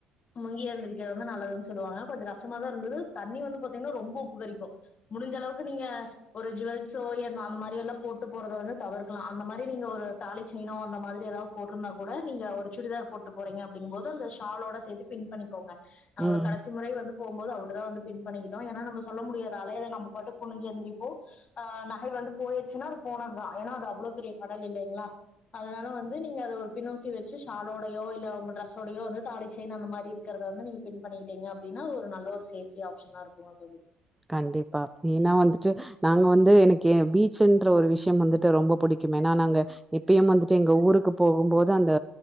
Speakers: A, on the left; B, in the centre.
A: முங்கி எழுந்திக்கிறது வந்து நல்லதுன்னு சொல்லுவாங்க கொஞ்சம் கஷ்டமாதா இருந்தது தண்ணி வந்து பாத்தீங்கன்னா ரொம்ப உப்புகரிக்கும் முடிஞ்ச அளவுக்கு நீங்க ஒரு ஜுவெல்ஸோ அந்த மாரி எல்லா போட்டு போறதை வந்து தவிர்கலாம் அந்த மாரி நீங்க ஒரு தாலி செயினோ அந்த மாரி ஏதாவது போட்டிருந்தா கூட நீங்க ஒரு சுடிதார் போட்டு போறீங்க அப்டிங்கும்போது அந்த ஷாலோட சேத்து பின் பண்ணிக்கோங்க அவர்
B: ம் ஆ
A: கடைசி முறை வந்து போம் போது அவர் அப்டி தா பின் பண்ணிக்கிட்டோம் என்னா நம்மசொல்ல முடியாது ஏன்னா அலைல வந்து நம்ம பாட்டுக்கு குனிஞ்சு எந்திரிப்போ ஆ நகை வந்து போயிடுச்சுன்னா அது போனது தா ஏன்னா அது அவ்ளோ பெரிய கடல் இல்லங்களா வந்து நீங்க அத ஒரு பின் உசி வச்சி ஷாலோடயோ இல்ல உங்க டிரெஸோடயோ வந்து தாலி செயின் அந்த மாரி இருக்கிறத வந்து நீங்க பின் பண்ணிக்கிட்டிங்க அப்டினா அது ஒரு நல்ல ஒரு சேஃப்டி ஆப்ஷனா இருக்கு தோழி
B: கண்டிப்பா ஏன்னா வந்துட்டு நாங்க வந்து எனக்கு பீச்சன்ற ஒரு விஷயம் வந்துட்டு ரொம்ப புடிக்கும் ஏனா நாங்க இப்பயும் வந்துட்டு எங்க ஊருக்கு போகும்போது அந்த